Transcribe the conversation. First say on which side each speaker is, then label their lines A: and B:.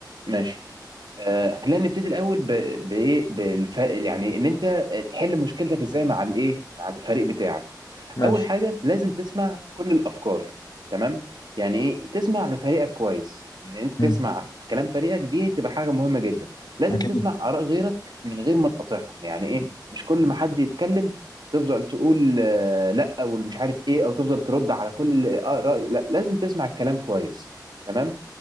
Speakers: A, on the right; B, on the left.
A: ماشي آه، خلينا نبتدي الاول ب... بايه بالف... يعني ان انت تحل مشكلتك ازاي مع الايه مع الفريق بتاعك
B: ماشي
A: اول حاجه لازم تسمع كل الافكار تمام يعني ايه تسمع لفريقك كويس ان انت تسمع
B: مم.
A: في كلام فريقك دي تبقى حاجه مهمه جدا لازم
B: اكيد
A: تسمع اراء غيرك من غير ما تقاطعهم يعني ايه مش كل ما حد يتكلم تفضل تقول آه، لا او مش عارف ايه او تفضل ترد على كل اراء لا لازم تسمع الكلام كويس تمام